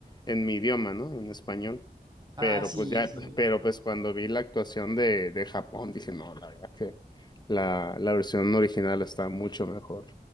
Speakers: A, on the left (about 25°); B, on the right (about 25°).
A: en mi idioma, ¿no? En español.
B: Ah,
A: Pero
B: sí,
A: pues ya,
B: sí.
A: pero pues cuando vi la actuación de, de Japón, dije, no, la verdad que la, la versión original está mucho mejor.